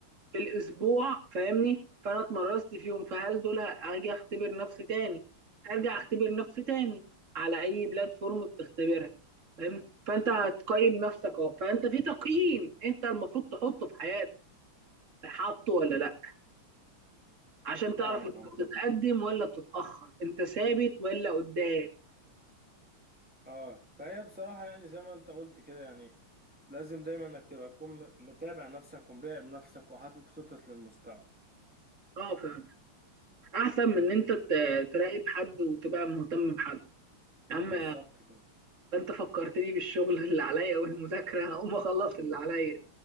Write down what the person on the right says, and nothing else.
في الاسبوع فاهمني فانا اتمرست فيهم فهل دول هاجي اختبر نفسي تاني ارجع اختبر نفسي تاني على اي بلاتفورم بتختبرها فاهم فانت هتقيم نفسك اهو فانت في تقييم انت المفروض تحطه في حياتك حاطه ولا لا عشان تعرف
انت
بتتقدم ولا بتتاخر انت ثابت ولا قدام
اه فاهم احسن من ان انت ت- تراقب حد وتبقى مهتم بحد يا عم
انت فكرتني بالشغل اللي عليا والمذاكره هقوم اخلص اللي عليا